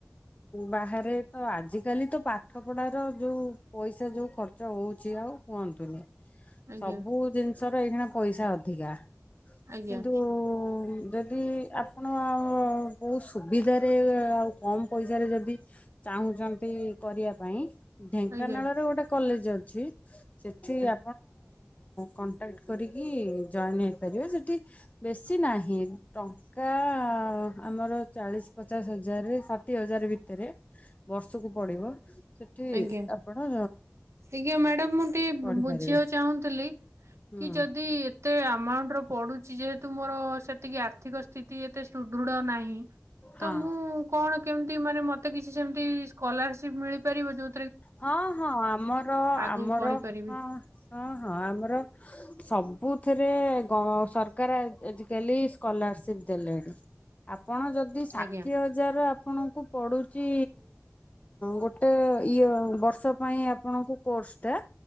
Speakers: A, on the left (about 35°); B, on the right (about 85°).
A: ବାହାରେ ତ ଆଜିକାଲି ତ ପାଠପଢ଼ାର ଯୋଉ- ପଇସା ଯୋଉ ଖର୍ଚ୍ଚ ହଉଛି ଆଉ କୁହନ୍ତୁନି-
B: ଆଜ୍ଞା
A: ସବୁ ଜିନିଷ ର ଏଇ ଖିନା ପଇସା ଅଧିକ।
B: ଆଜ୍ଞା
A: କିନ୍ତୁ ଯଦି ଆପଣ ବହୁତ ସୁବିଧାରେ ଆଉ କମ ପଇସାରେ ଯଦି ଚାହୁଁଛନ୍ତି ଚାକିରୀ କରିବା ପାଇଁ ଢେଙ୍କାନାଳରେ
B: ଆଜ୍ଞା
A: ଗୋଟେ କଲେଜ ଅଛି ସେଠି -
B: <unintelligible>
A: କଣ୍ଟାକ୍ଟ କରିକି ଜଏନ୍ ହେଇପାରିବେ ସେଠି- ବେଶୀ ନାହିଁ ଟଙ୍କା- ଆମର ଚାଳିଶ ପଚାଶ ହଜାର ଷାଠିଏ ହଜାର ଭିତରେ ବର୍ଷକୁ ପଡିବ ସେଠି
B: ଆଜ୍ଞା
A: ଆପଣ
B: ଆଜ୍ଞା ମ୍ୟାଡାମ ମୁଁ ଟିକେ
A: ପଢିପାରିବେ।
B: ବୁଝିବାକୁ ଚାହୁଁଥିଲି
A: ହୁଁ
B: କି ଯଦି ଏତେ ଆମାଉଣ୍ଟ ର ପଡୁଛି ଯେହେତୁ ମୋର ସେତିକି ଆର୍ଥିକ ସ୍ଥିତି ଏତେ ସୁଦୃଢ ନାହିଁ। ତ
A: ହଁ।
B: ମୁଁ କଣ କେମିତି ମାନେ ମତେ କିଛି ସେମିତି ସ୍କଲାରସିପ ମିଳିପାରିବ ଯୋଉ
A: ହଁ ହଁ ଆମର
B: ଆଗକୁ
A: ଆମର
B: ବଢି ପାରିବି।
A: ହଁ ହଁ ହଁ ଆମର ସବୁଥିରେ ସରକାର ଆଜିିକାଲି ସ୍କଲାରସିପ ଦେଲେଣି। ଆପଣ ଯଦି ଯଦି ଷାଠିଏ
B: ଆଜ୍ଞା
A: ହଜାର ଆପଣଙ୍କୁ ପଡୁଛି ଗୋଟେ ଇଏ ବର୍ଷ ପାଇଁ ଆପଣଙ୍କୁ କୋର୍ସଟା